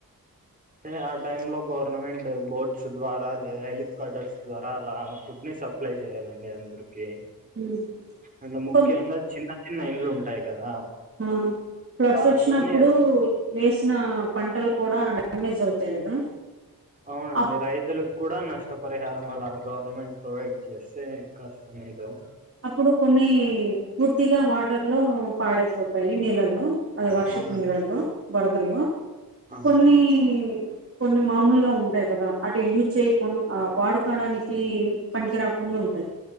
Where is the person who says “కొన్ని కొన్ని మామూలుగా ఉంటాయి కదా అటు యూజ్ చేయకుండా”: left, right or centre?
Right